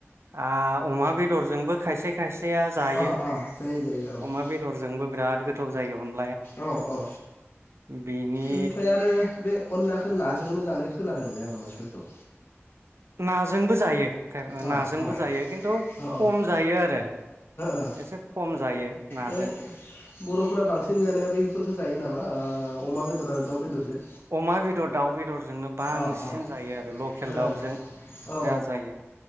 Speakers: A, on the right; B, on the left.
A: आ अमा बे दरजोंबो खायसे खाइसेया जायो
B: अ अ जायो जायो औ
A: अमा बेदरजोंबो बे <unintelligible> गोथाव जायो हन
B: औ औ
A: बिनि
B: ओमफ्राय आरो बे अनलाखो नाज जोंबो जानाय खोनादोंलै आङो मानसिफोरखौ।
A: नाजोंबो जायो <unintelligible>
B: अ
A: नाजोंबो
B: अ
A: जायो खिन्थु
B: अ
A: खम
B: ओ
A: जायो आरो
B: ओ
A: एसे खम जायो नाजों।
B: ओइ बर'फोरा बांसिन जानाया बैफोरखौ जायो नामा ओ अमा बेदर आरो दाउ बेदरजों।
A: अमा बेदर दाउ बेदरजोंनो बांसिन
B: अ अ
A: जायो आरो लखेल
B: ओ
A: दाउजों <unintelligible>
B: ओ औ
A: जायो